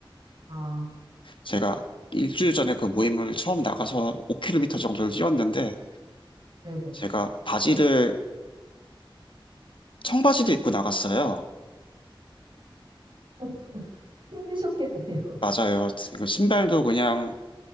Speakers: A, on the right (about 65°); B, on the left (about 65°).
A: 아,
B: 제가 일주일 전에 그 모임을 처음 나가서 5km 정도를 뛰었는데
A: 네네.
B: 제가 바지를 청바지도 입고 나갔어요.
A: <laughs> 힘드셨겠네요.
B: 맞아요. 그 신발도 그냥